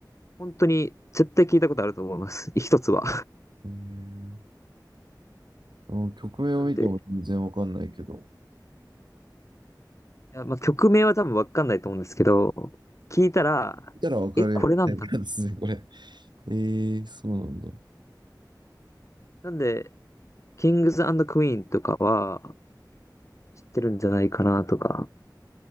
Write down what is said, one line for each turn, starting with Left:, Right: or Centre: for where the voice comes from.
Left: 本当に絶対聞いたことあると思います。<laughs> 一つは。
Right: えー、あ曲名を見ても全然わかんないけど、
Left: なんで、いや、まあ、曲名は多分わかんないと思うんですけど、聞いたら、
Right: 見たらわかるタイプなんですね、
Left: え、これなんだ。
Right: これ。えー、そうなんだ。
Left: なんで、キングズクイーンとかは知ってるんじゃないかなとか